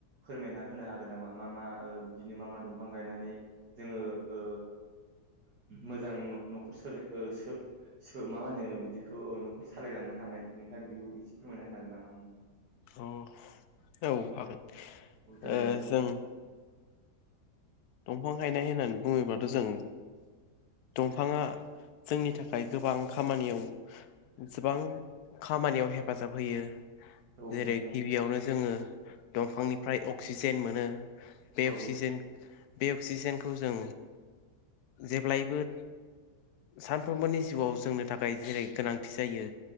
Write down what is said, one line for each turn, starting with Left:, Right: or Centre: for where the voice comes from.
Right: फोरमायना होनो हागोन नामा मा मा बिदिनो मा मा दंफां गायनानै जोङो ओ मोजां न-न'खर सो ओ सो सो मा माहोनो ओ बिदिखौ न'खर सालायलांनो हानाय नोंथाङा बिदिखौ एसे फोरमायना होनो हागोन नामा आंनो।
Left: अ औ हागोन
Right: औ देलाय
Left: ओ
Right: नोंथां
Left: जों
Right: बुं
Left: दंफां गायनाय होननानै बुङोबाथ' जों दंफाङा जोंनि थाखाय गोबां खामानियाव जोबां खामानियाव हेफाजाब होयो।
Right: औ
Left: जेरै
Right: नोंथां
Left: गिबियावनो जोङो दंफांनिफ्राय अक्सिजेन मोनो। बे
Right: औ
Left: अक्सिजेन बे अक्सिजेनखौ जों जेब्लायबो सानफ्रोमबोनि जिउआव जोंनो थाखाय जेरै गोनांथि जायो